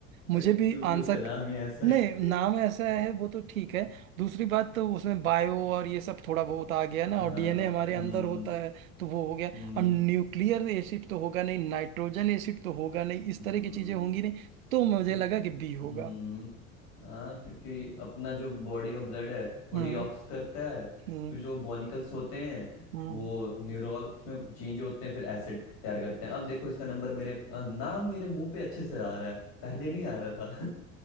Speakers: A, on the right; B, on the left.
A: मुझे
B: क्योंकि
A: भी आंसर
B: उसका नाम ही ऐसा
A: नहीं
B: है
A: नाम ऐसा है वो तो ठीक है दूसरी बात तो उसमें बायो और ये सब थोड़ा बहुत आ गया ना
B: हाँ
A: और डीएनए हमारे
B: हम्म,
A: अंदर होता है तो वो हो गया
B: हम्म,
A: अब न्यूक्लियर एसिड तो होगा नहीं नाइट्रोजन एसिड तो होगा नहीं
B: हम्म,
A: इस तरह की चीजें होंगी नहीं तो मुझे
B: क्योंकि
A: लगा कि बी
B: हम्म
A: होगा
B: हाँ क्योंकि अपना जो बॉडी का ब्लड है वो
A: हम्म
B: डिऑक्स करता है
A: हम्म
B: फिर जो बॉनिकल्स होते हैं
A: हम्म
B: वो न्यूरॉल्स में चेंज होते हैं फिर एसिड तैयार करते हैं अब देखो इसका नंबर मेरे अ, नाम मेरे मुंह पे अच्छे से आ रहा है पहले नहीं आ रहा था